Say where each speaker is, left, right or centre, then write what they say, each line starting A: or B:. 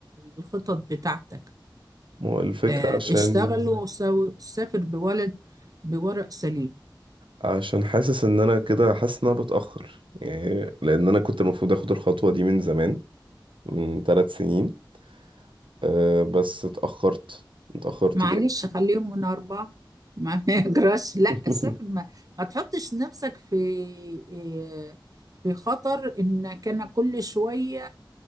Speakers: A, on the right; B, on the right.
A: الخطط بتاعتك
B: ما هو الفكرة
A: اه،
B: عشان
A: اشتغل وسافر بولد بورق سليم
B: عشان حاسس إن أنا كده حاسس إن أنا بتأخر يعني لأن أنا كنت المفروض أخد الخطوة دي من زمان من ثلاث سنين آه، بس اتأخرت اتأخرت
A: معلش
B: جامد
A: خليهم من أربعة ما <laughs> يجراش لا
B: <laughs>
A: السفر ما, ما تحطش نفسك في إيه، في خطر إنك أنا كل شوية